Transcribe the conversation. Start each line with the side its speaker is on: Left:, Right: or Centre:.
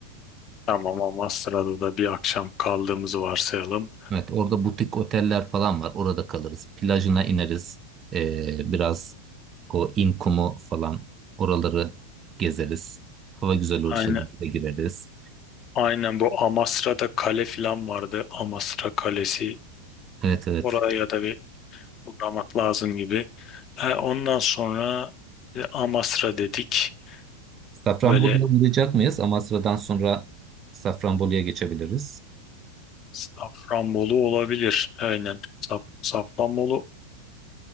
Left: Tamam Amasra'da da bir akşam kaldığımızı varsayalım.
Right: Evet, orada butik oteller falan var. Orada kalırız. Plajına ineriz. Ee, biraz o İnkumu falan oraları gezeriz. Hava güzel olursa
Left: Aynen,
Right: bir gireriz.
Left: aynen bu Amasra'da kale falan vardı Amasra Kalesi
Right: Evet evet.
Left: oraya da bir uğramak lazım gibi. E, ondan sonra e, Amasra dedik
Right: Safranbolu'ya
Left: böyle
Right: uğrayacak mıyız? Amasra'dan sonra Safranbolu'ya geçebiliriz.
Left: Safranbolu olabilir. Aynen. Saf- Safranbolu